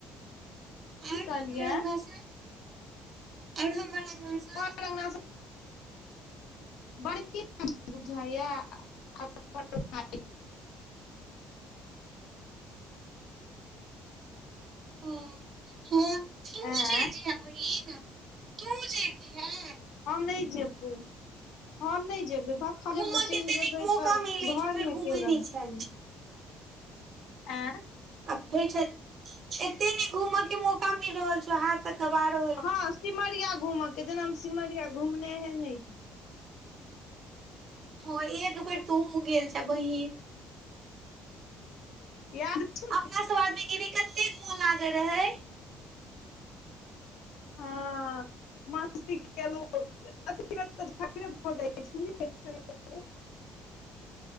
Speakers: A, on the left; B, on the right.
A: की
B: आर
A: कहलियै
B: हमर <unintelligible> ग से आर हमर अ
A: तोहर
B: से
A: अंगना बड़की बुझाइया <unintelligible>
B: ओ हँ तू चल
A: ऐं
B: जेहे है बहिन तूहो चल जेयहे
A: हम नहि जेबै हम नहि जेबै
B: घूमऽ
A: जब
B: के
A: चैल
B: एते
A: जेबै
B: नीक मौका
A: तऽ
B: मिलै छौ
A: घर
B: फेर
A: मे
B: घूमै
A: के रहथि
B: नहि छै
A: अय
B: आफे एते न घूमे के मौका मिल रहल छै हाथ कबारो
A: हँ सिमरिया घूमे के जेना हम सिमरिया घुमने है न
B: ह एक बेर तू गेल छ बहिन
A: या थू
B: अपना सब आदमी गिरी कतेक मोन लागे रहे
A: हँ मस्तेल झ भ